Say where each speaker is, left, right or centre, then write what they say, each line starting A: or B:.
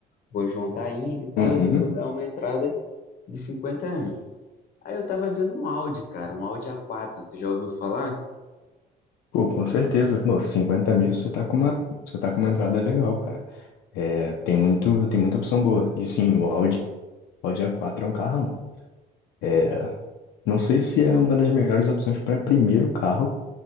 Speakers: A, on the left (about 60°); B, on the left (about 80°).
A: Vou juntar ainda e tal,
B: Uhum.
A: e vou dar uma entrada de cinquenta mil. Aí eu tava vendo um Audi, cara, um Audi A4, tu já ouviu falar?
B: Pô, com certeza. Pô, cinquenta mil você tá com uma, você tá com uma entrada legal, cara. É, tem muito, tem muita opção boa. E sim, o Audi, Audi a quatro é um carrão. É, Não sei se é uma das melhores opções para primeiro carro,